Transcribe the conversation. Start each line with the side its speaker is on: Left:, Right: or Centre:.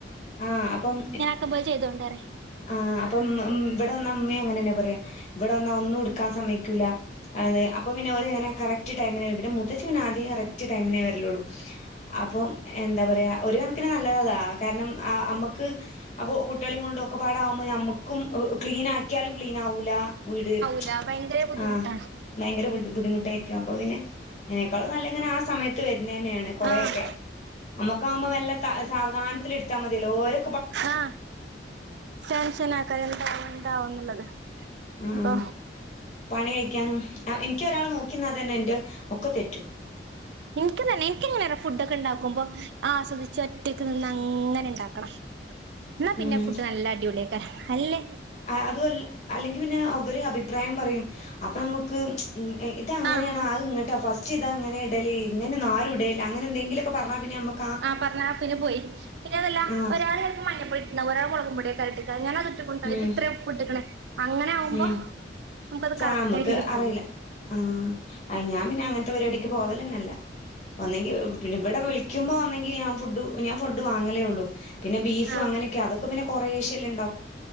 Left: ആഹ് അപ്പം.
Right: <unintelligible> പോയ് ചെയ്തോണ്ട് പറയ്
Left: ആ അപ്പൊ ഇമ്മമ്മ ഇവടെ വന്ന ഇമ്മേം അങ്ങനെന്ന പറയാ ഇവിട വന്നാ ഒന്നും ഇട്ക്കാൻ സമ്മ ക്ക്ല അത് അപ്പം പിന്നെ ഒരെങ്ങനെ കറക്റ്റ് ടൈമിന് വരും. പിന്നെ മുത്തച്ചി പിന്നെ ആദ്യെ കറക്റ്റ് ടൈമിനേ വരലോള്ളൂ അപ്പം എന്താ പറയാ ഒരു കണക്കിന് നല്ലതതാ. കാരണം ആ അമ്മക്ക് അപ്പോ കുട്ട്യാളേംകൊണ്ടൊക്കെ പാ ടാകുമ്പോ ഞമ്മക്കും ക്ലീനാക്കിയാലും ക്ലീനാവൂലാ വീട്
Right: ല്ല ഭയങ്കര ബുദ്ധിമുട്ടാണ്.
Left: ആഹ് ഭയങ്കര ബുദ് ബുദ്ധിമുട്ടായിരിക്കും അപ്പോ പിന്നെ അയ്നേക്കാളു നല്ലങ്ങനാ സമയത്ത് വര്നെന്നാണ് കൊറേയൊക്കെ
Right: ആഹ്
Left: അമ്മക്കാവുമ്പോ മെല്ല ത സാവധാനത്തില് ഇട്ത്താമതിയല്ലോ ഓരോ
Right: ആഹ് ടെൻഷനാക്കല്ലേ എന്താവു ന്താവുന്നുള്ളത്
Left: ആഹ്
Right: ഇപ്പോ
Left: പണി കയിക്കാനും അ ഇൻക്കൊരാള് നോക്കിന്നാതന്നെ ന്റെ ഒക്കെ തെറ്റും
Right: ഇനിക്കും തന്നെ ഇനിക്കിങ്ങനെറിയോ ഫുഡോക്കെ ണ്ടാക്കുമ്പോ ആസ്വദിച് റ്റക് നിന്നങ്ങനെണ്ടാക്കണം. ന്നാ
Left: ഉം
Right: പിന്നെ ഫുഡ് നല്ല അടിപൊള്യക്കരം. ഹല്ലേ
Left: അഅതുവല് അല്ലെങ്കി പിന്നെ അവര് അഭിപ്രായം പറയും അപ്പമ്മക്ക് അതങ്ങനെണോ
Right: ആഹ്
Left: അവ് ഇങ്ങട്ടാ ഫസ്റ്റ്ത ങ്ങനെടല് ഇങ്ങനൊന്നും ആരുടെയില്ല അങ്ങനെന്തെങ്കിലൊക്കെ പറഞാ പിന്നമ്മക്ക്
Right: ആഹ പറഞാപിന്ന പോയി. പിന്നതല്ല
Left: ആഹ്
Right: ഒരാള് ചെലപ്പ മഞ്ഞപ്പൊടിഇട്ട്ണ്ടാവും ഒരാള്മൊളകുപൊടിയാക്കരം ഇട്ട്ക്കാ. അങ്ങനെ ട്ട്ക്ക്ണ്ട്ടൊ
Left: ഉം
Right: ഇജ്ജ് ത്ര ഉപ്പ് ഇട്ട്ക്ക്ണ് അങ്ങനെയാവുമ്പോ
Left: ഉം
Right: നമുക്കത്
Left: സാമക്ക്
Right: കറക്റ്റായി ട്ട് കിട്ടൂല
Left: അറിയില്ല ആഹ് അ ഞാ പിന്നങ്ങനത്തെ പരിപാടിക്ക് പോവലന്നല്ല ഒന്നെങ്കി ഇവ് ഇവടെ വിളിക്കുമ്പോ ഒന്നെങ്കി ഞാൻ ഫുഡ് ഞാൻ ഫുഡ് വാങ്ങലേള്ളു പിന്നെ ബീഫ്അങ്ങനെക്കെ
Right: ആഹ്
Left: അതൊക്കെ പിന്നെ കുറേശെല്ലേണ്ടാ